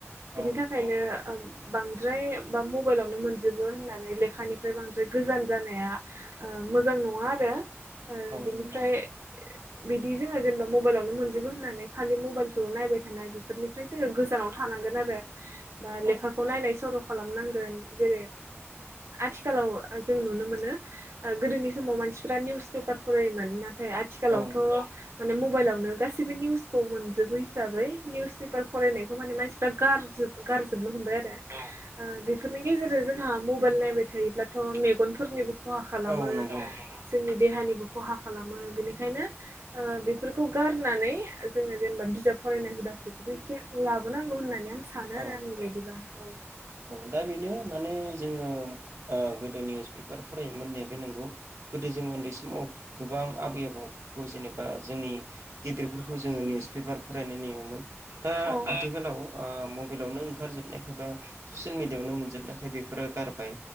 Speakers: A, on the right; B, on the right.
A: औ
B: बिनि थाखायनो बांद्राय बा मबाइलावनो मोनजोबो होननानै लेखानिफ्राय बांद्राय गोजान जानाया ओ मोजां नङा आरो ओ
A: औ
B: बिनिफ्राय
A: नंगौ
B: बिदि जोङो जेनेबा मबाइलावनो मोनजोबो होननानै खालि मबाइलखौल' नायबाय थानाय बेफोरनिफ्राय जोङो गोजानाव
A: औ
B: थानांगोन आरो। बा
A: औ
B: लेखाखौ नायनाय सर' खालामनांगोन जेरै आथिखालाव जों नुनो मोनो ओ गोदोनि समाव मानसिफ्रा निउस पेपार फरायोमोन ना थाय आथिखालावथ'
A: औ नंगौ
B: माने मबाइलावनो गासिबो निउसखौ मोनजोबो हिसाबै निउस पेपार फरायनायखौ माने मानसिफ्रा गारजोबो गारजोबनो हमबाय आरो ओ बि बे फोरनि गेजेर जोंहा मबाइल नायबाय थायोब्लाथ' मेगनफोरनिबो खहा खालामो।
A: औ नंगौ
B: जोंनि देहानिबो खहा खालामो बेनिखायनो ओ बे बेफोरखौ गारनानै जोङो जेनेबा बिजाब फरायनाय हुदाफोरखौबो एसे लाबोनांगौ होननानै आं सानो
A: औ
B: आरो
A: औ
B: आंनि बायदिबा औ।
A: औ दा बेनो माने जोङो ओ गोदो निउस पेपार फरायोमोन होननाया बे नंगौ। गोदो जोंङो उन्दै समाव गोबां आबै आबौखौ जेनेबा जों नि गिदिरफोरखौ जोङो निउस पेपार फरायनाय नेङोमोन दा
B: समाव
A: आथिखालाव ओ मबेइल नो ओंखारजोबनायखायबा ससियेल मिडियायावनो मोनजोबनायखाय बेफोरो गारबाय